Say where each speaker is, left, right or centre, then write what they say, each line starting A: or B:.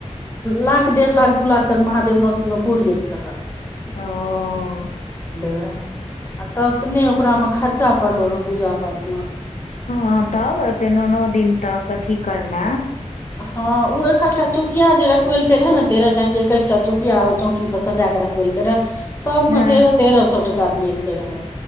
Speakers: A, on the left; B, on the left.
A: लाख डेढ़ लाख दू लाख तक महादेव नौ दिन मे पूर गेल रहे
B: ओ
A: रह आ तब त ने ओकरा मे खर्चा पड़लो रह पूजा पाठ मे
B: ह तब एते न नओ दिन तक अथी करनाय
A: हँ ओ एकहकटा चुकिया जे रखबे लक रहे ने तेरह टा कि एकैस टा चुकिया ओ चौकी पर सजा क रख रखवेल कए रहय सबमे
B: हँ
A: तेरह तेरह सौ टका दिेलकै रहय